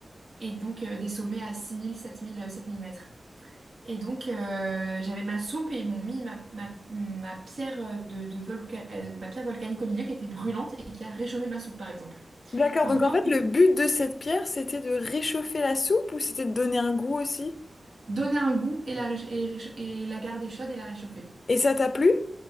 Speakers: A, on the right; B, on the left.
A: Et donc euh, des sommets à six mille, sept mille, sept mille mètres. Et donc, euh, j'avais ma soupe et ils m'ont mis ma, ma, ma pierre de, de volca- euh, ma pierre volcanique au milieu qui était brûlante et qui a réchauffé ma soupe, par exemple.
B: D'accord,
A: Enfin,
B: donc
A: plein
B: en fait,
A: de...
B: le but de cette pierre, c'était de réchauffer la soupe ou c'était de donner un goût aussi?
A: Donner un goût et la, réch- et, réch- et la garder chaude et la réchauffer.
B: Et ça t'a plu?